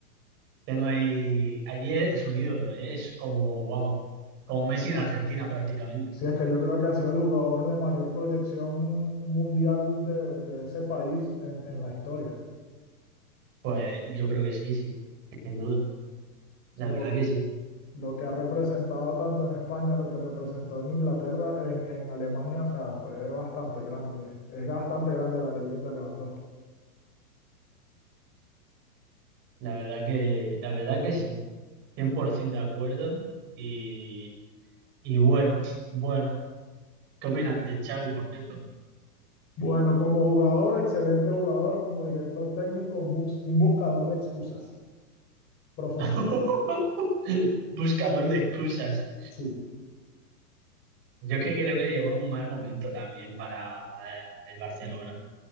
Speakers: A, on the right (about 25°); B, on the left (about 20°).
A: tengo ahí, allí es un ídolo, eh, Es como, vamos, como Messi en Argentina prácticamente.
B: Sí, es que yo creo que ha sido el jugador de mayor proyección mundial de, de ese país en, en la historia.
A: Pues yo creo que sí, sí, sin duda.
B: Sí,
A: La
B: por
A: verdad que sí,
B: lo que ha representado tanto en España, lo que representó en Inglaterra, en, en Alemania, o sea, fue bastante grande. Es bastante grande la leyenda de Lewandowski.
A: la verdad que, la verdad que sí, 100% de acuerdo. Y, y bueno, bueno, ¿qué opinas de Xavi, por cierto?
B: Bueno, como jugador, excelente jugador, como director técnico, un, bus- un buscador de excusas profesional.
A: <laughs> Buscador de excusas.
B: Sí.
A: Yo es que creo que llegó en un mal momento también para eh, el Barcelona.